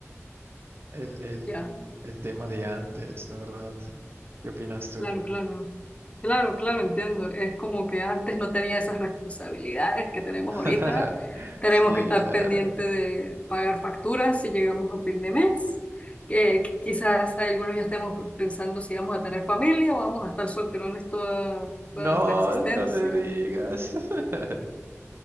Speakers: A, on the right; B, on the left.
A: el, el,
B: ya,
A: el tema de antes, la verdad. ¿Qué opinas tú?
B: claro, claro. Claro, claro, entiendo. Es como que antes no tenía esas responsabilidades que tenemos
A: <laughs>
B: ahorita. Tenemos
A: Sí,
B: que estar
A: claro.
B: pendiente de pagar facturas si llegamos a fin de mes. Eh, qu- quizás algunos ya estemos pensando si vamos a tener familia o vamos a estar solterones toda,
A: No,
B: toda nuestra existencia.
A: no me digas. <laughs>